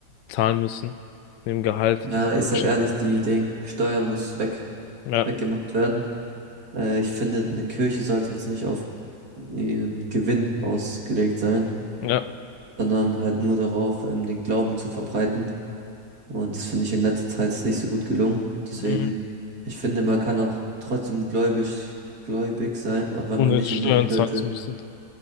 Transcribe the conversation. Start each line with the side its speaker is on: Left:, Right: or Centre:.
Left: zahlen müssen. Dem Gehalt.
Right: Ja,
Left: Das ist
Right: ich sag
Left: schon
Right: ehrlich, die
Left: viel.
Right: Ding, Steuer muss weg,
Left: Ja,
Right: weggemacht werden. Äh, ich finde, eine Kirche sollte jetzt nicht auf ihren Gewinn ausgelegt sein,
Left: ja.
Right: sondern halt nur darauf, ähm, den Glauben zu verbreiten. Und das finde ich in letzter Zeit ist nicht so gut gelungen. Deswegen,
Left: Mhm.
Right: ich finde, man kann auch trotzdem gläubig, gläubig sein, auch wenn
Left: Ohne
Right: man nicht
Left: Steuern
Right: in der Kirche,
Left: zahlen zu müssen.